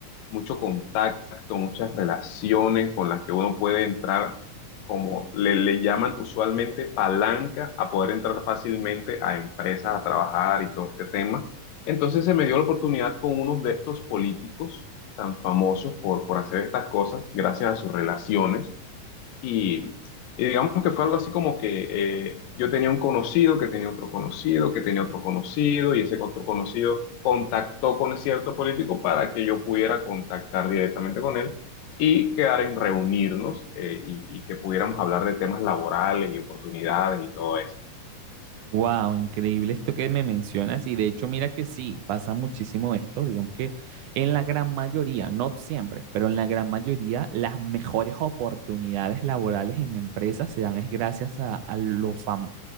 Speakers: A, on the left (about 80°); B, on the right (about 75°).
A: mucho contacto, muchas relaciones con las que uno puede entrar, como le, le llaman usualmente palanca, a poder entrar fácilmente a empresas, a trabajar y todo este tema. Entonces se me dio la oportunidad con unos de estos políticos tan famosos por, por hacer estas cosas, gracias a sus relaciones. Y, y digamos que fue algo así como que eh, yo tenía un conocido que tenía otro conocido, que tenía otro conocido, y ese otro conocido contactó con cierto político para que yo pudiera contactar directamente con él y quedar en reunirnos eh, y, y que pudiéramos hablar de temas laborales y oportunidades y todo eso.
B: Wow, increíble esto que me mencionas. Y de hecho, mira que sí, pasa muchísimo esto. Digamos que en la gran mayoría, no siempre, pero en la gran mayoría, las mejores oportunidades laborales en empresas se dan es gracias a, a lo fam-